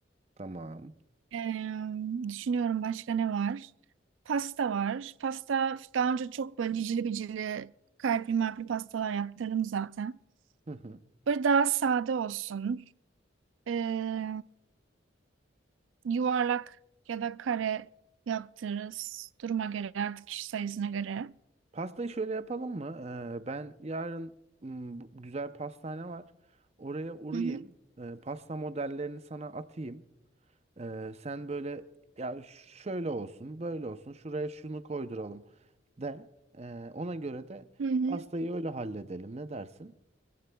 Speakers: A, on the right; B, on the right.
A: Tamam.
B: Ee, düşünüyorum başka ne var? Pasta var. Pasta daha önce çok böyle cicili bicili kalpli malpli pastalar yaptırdım zaten.
A: Hı hı.
B: Böyle daha sade olsun. Ee, yuvarlak ya da kare yaptırırız. Duruma göre artık kişi sayısına göre.
A: Pastayı şöyle yapalım mı? Ee, ben yarın m, bu güzel pastane var. Oraya uğrayayım.
B: Hı hı.
A: Ee, pasta modellerini sana atayım. Ee, sen böyle ya şöyle olsun, böyle olsun, şuraya şunu koyduralım de. Ee, ona göre de
B: Hı hı.
A: pastayı öyle halledelim. Ne dersin?